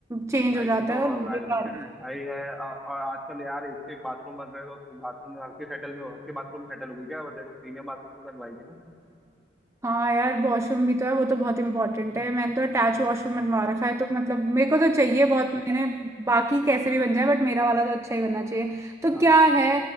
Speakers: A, on the right (about 15°); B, in the centre.
A: चेंज
B: लाइट्स
A: हो जाता
B: तो
A: है और बेकार
B: लाइट्स के तो भाई है और, और आजकल यार एक से एक बाथरूम बन रहे हैं, तो तू बाथरूम में हल्के सेटल में हल्के बाथरूम में सेटल हुई क्या बताइए प्रीमियम बाथरूम भी बनवाएगी ना
A: हाँ यार वॉशरूम भी तो है वो तो बहुत इंपॉर्टेंट
B: हम्म,
A: है मैंने तो अटैच
B: हम्म,
A: वॉशरूम बनवा रखा है तो मतलब मेरे
B: हम्म।
A: को तो चाहिए बहुत मैंने बाकी कैसे भी बन जाए बट मेरा वाला तो अच्छा ही बनना चाहिए तो
B: हाँ
A: क्या
B: ना
A: है